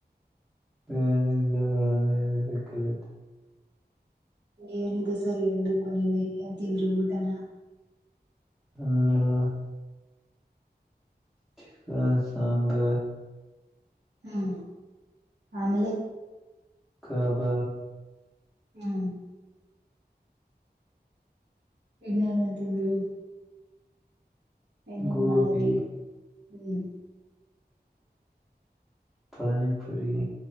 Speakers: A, in the centre; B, on the right.
A: ವನಜ ಗಣನ ವಿ ವ ಕೆೇಳತು
B: ಏನಿದೆ ಸರಿ ಹೇಳ್ಬೇಕು ನೀವೇ ಅಂತಲ್ರಿ ಊಟನ
A: ಹ ಚಿಕನ್ ಸಾಂಬರ್
B: ಹ್ಮ್ ಆಮೇಲೆ
A: ಕಬಬ್
B: ಹ್ಮ್ ಇನ್ನ ನಂತೀಂಗೆ ಏನನು
A: ಗೋಬಿ
B: ಮಾಡಳದ್ರಿ ಹ್ಮ್
A: ಪಾನಿಪುರಿ